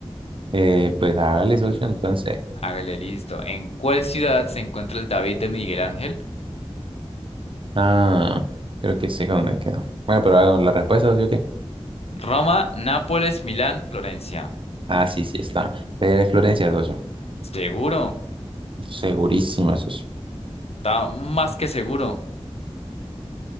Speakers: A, on the right; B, on the left.
A: Eh, pues hágale, socio, entonces.
B: Hágale, listo. ¿En cuál ciudad se encuentra el David de Miguel Ángel?
A: Ah, creo que sé dónde quedó. Bueno, pero hagamos la respuesta, socio, ¿qué?
B: Roma, Nápoles, Milán, Florencia.
A: Ah, sí, sí, está. Fue de Florencia, socio.
B: ¿Seguro?
A: Segurísima, socio.
B: Está más que seguro.